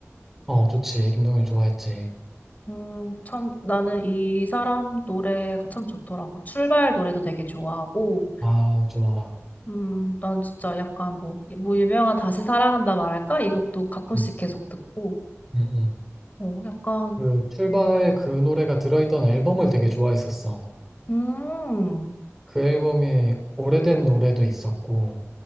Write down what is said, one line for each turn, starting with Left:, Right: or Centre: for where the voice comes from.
Centre: 어, 좋지. 김동률 좋아했지.
Left: 음, 참, 나는 이 사람 노래가 참 좋더라고. 출발 노래도 되게 좋아하고,
Centre: 아, 좋아.
Left: 음, 난 진짜 약간 뭐, 뭐 유명한 다시 사랑한다 말할까? 이것도 가끔씩
Centre: 음,
Left: 계속 듣고,
Centre: 음, 음.
Left: 어, 약간,
Centre: 그 출발 그 노래가 들어있던 앨범을 되게 좋아했었어.
Left: 음,
Centre: 그 앨범에 오래된 노래도 있었고,